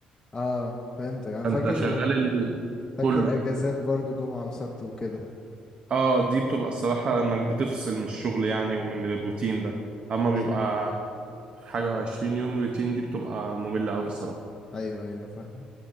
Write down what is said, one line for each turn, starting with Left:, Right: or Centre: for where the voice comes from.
Left: اه فهمتك انا
Right: فانت
Left: فاكر
Right: شغال ال...
Left: فاكر
Right: كله
Left: اجازات برضو جمعة وسبت وكده
Right: اه دي بتبقى الصراحة انك بتفصل من الشغل يعني ومن الروتين ده اما بيبقى
Left: أي-
Right: حاجة 20 يوم روتين دي بتبقى مملة اوي الصراحة
Left: ايوه ايوه فاهم